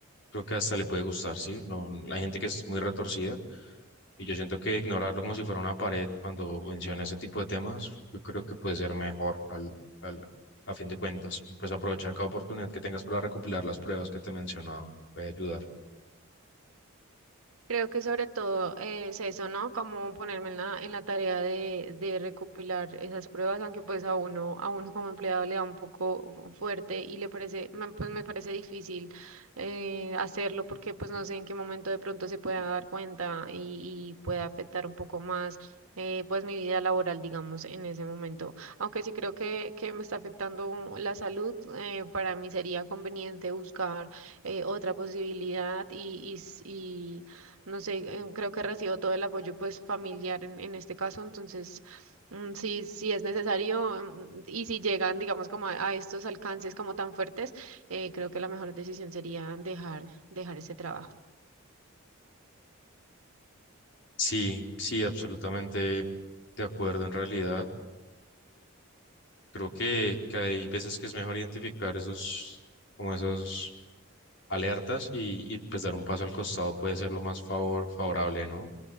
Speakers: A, on the left; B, on the right.
A: creo que hasta le puede gustar, ¿sí? No, hay gente que es muy retorcida y yo siento que ignorarlo como si fuera una pared cuando menciona ese tipo de temas, yo creo que puede ser mejor al, al, a fin de cuentas y pues aprovechar cada oportunidad que tengas para recopilar las pruebas que te mencionaba, puede ayudar.
B: Creo que sobre todo eh, es eso, ¿no? Como ponerme en la, en la tarea de, de recopilar esas pruebas, aunque pues a uno, a uno como empleado le da un poco fu- fuerte y le parece, me, pues me parece difícil eh, hacerlo porque pues no sé en qué momento de pronto se pueda dar cuenta y, y pueda afectar un poco más eh, pues mi vida laboral, digamos, en ese momento. Aunque sí creo que, que me está afectando un- la salud, eh, para mí sería conveniente buscar eh, otra posibilidad y y s- y no sé, eh, creo que recibo todo el apoyo pues familiar en, en este caso, entonces mm, sí, sí es necesario mm, y si llegan, digamos, como a, a estos alcances como tan fuertes, eh, creo que la mejor decisión sería dejar, dejar ese trabajo.
A: Sí, sí, absolutamente de acuerdo en realidad. Creo que, que hay veces que es mejor identificar esos, como esos alertas y, y, pues dar un paso al costado puede ser lo más favor, favorable, ¿no?